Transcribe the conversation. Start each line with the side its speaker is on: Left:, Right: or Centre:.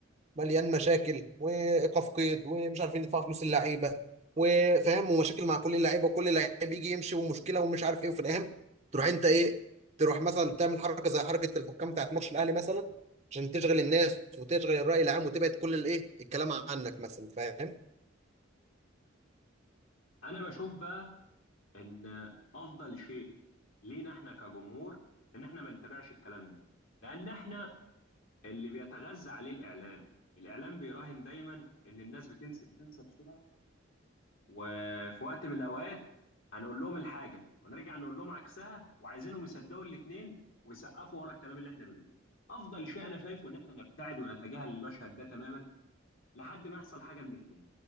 Right: مليان مشاكل وايقاف قيد ومش عارفين يدفعوا فلوس اللعيبه وفاهم ومشاكل مع كل اللعيبه وكل لعيب يجي يمشي ومشكله ومش عارف ايه وفي الاهم تروح انت ايه تروح مثلا تعمل حركه زي حركه الحكام بتاعت ماتش الاهلي مثلا عشان تشغل الناس وتشغل الراي العام وتبعد كل الايه الكلام عنك مثلا فاهم
Left: انا بشوف بقى ان افضل شيء لينا احنا كجمهور ان احنا ما نتابعش الكلام ده لان احنا اللي بيتغذى عليه الاعلام الاعلام بيراهن دايما ان الناس بتنسى بتنسى بسرعة وفي وقت من الاوقات هنقول لهم الحاجه ونرجع نقول لهم عكسها وعايزينهم يصدقوا الاثنين ويسقفوا ورا الكلام اللي احنا بنقوله افضل شيء انا شايفه ان احنا نبتعد ونتجاهل المشهد ده تماما لحد ما يحصل حاجه من اثنين